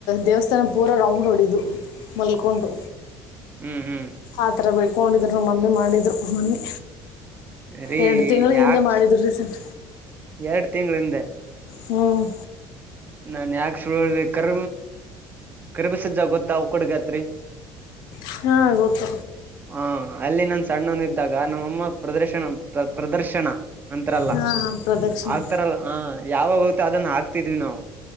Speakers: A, on the left; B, on the right.
A: ದೇವಸ್ಥಾನ ಪೂರ ರೌಂಡ್ ಒಡಿಯದು ಮಲ್ಕೊಂಡು.
B: ಹ್ಮ್ ಹ್ಮ್
A: ಆ ಥರ ಬೇಡ್ಕೊಂಡಿದ್ರು ನಮ್ಮ ಮಮ್ಮಿ ಮಾಡಿ. ಮಾಡಿದ್ರು ಮೊನ್ನೆ.
B: ರೀ
A: ಎರಡು ತಿಂಗಳ
B: ಯಾಕ್
A: ಹಿಂದೆ ಮಾಡಿದ್ರು ರೀ ಸರ್
B: ಎರಡ್ ತಿಂಗಳ ಹಿಂದೆ
A: ಹ್ಮ್
B: ನಾನ್ ಯಾಕ ಶುರು ಹಳ್ಬೇಕರ ಕರಿಬಿಸಿದ ಜಾಗತ್ತ ಅವಕಡ್ಗತ್ರಿ
A: ಹಾ ಗೊತ್ತ
B: ಹಾ ಅಲ್ಲಿ ನನ್ ಸಣ್ಣವನ ಇದ್ದಾಗ ನಮ್ಮಮ್ಮ ಪ್ರದರ್ಶನ ಪ್ರ ಪ್ರದರ್ಶನ ಅಂತರಲ್ಲ
A: ಹಾಂ ಹಾಂ ಪ್ರದಕ್ಷಿಣೆ
B: ಆಗ್ತಾರಲ್ಲ ಹ ಯಾವಾಗ ಅದನ್ನ ಹಾಕ್ತಿದ್ವಿ ನಾವು